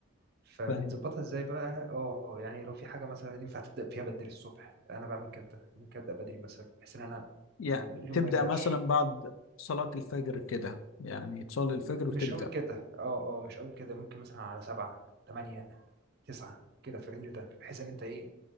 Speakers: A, on the right; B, on the left.
A: فبتظبطها
B: فاهم
A: ازاي بقى اه يعني لو في حاجه مثلا ينفع تبدا فيها بدري الصبح انا بعمل كده ممكن ابدا بدري مثلا بحيث ان انا
B: يعني
A: م- اليوم
B: تبدأ
A: ما يضيعش
B: مثلا بعد صلاة الفجر كده يعني تصلي الفجر وتبدأ
A: مش أوي كده آه، آه، مش أوي كده ممكن مثلًا على 7، 8، 9 كده في الrange ده، بحيث إن أنت إيه،